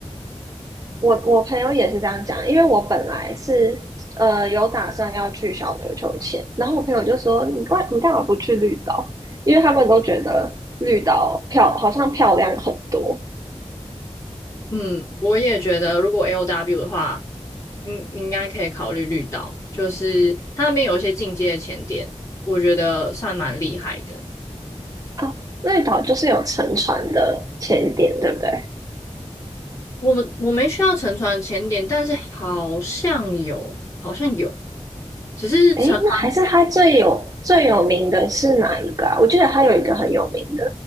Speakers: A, on the right (about 30°); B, on the left (about 25°).
A: 我我朋友也是这样讲，因为我本来是呃有打算要去小琉球前，然后我朋友就说你干你干嘛不去绿岛？因为他们都觉得绿岛漂好像漂亮很多
B: 嗯，我也觉得，如果 LW 的话，应应该可以考虑绿岛，就是它那边有一些进阶的潜点，我觉得算蛮厉害的。
A: 啊，绿岛就是有沉船的潜点，对不对？
B: 我们我没需要沉船前点，但是好像有，好像有，只是沉船
A: 诶，那还是它最有最有名的是哪一个啊？我记得它有一个很有名的，